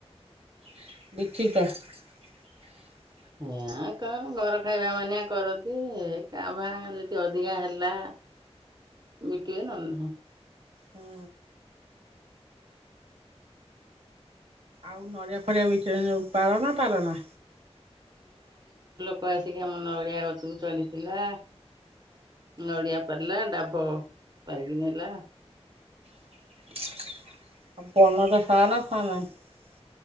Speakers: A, on the right; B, on the right.
A: <unintelligible>
B: ଏଆ କା ଘର ଖାଇବା ମାନିଆ କରନ୍ତି ଏଇ କାଁ ଭା ଏମତୀ ଅଧିକା ହେଲା। ବିକିବେ ନହେଲେ ନାହିଁ।
A: ହୁଁ। ଆଉ ନରିଆ ଫରିଆ ବିଛ କି ପାର ନା ପାରନା।
B: କ ଆସିକି ଆମ ନରିଆ ଗଛକୁ ଚଢିଥିଲା। ନଡିଆ ପାରିଲା ଡାବ ପାରିକି ନେଲା।
A: <unintelligible>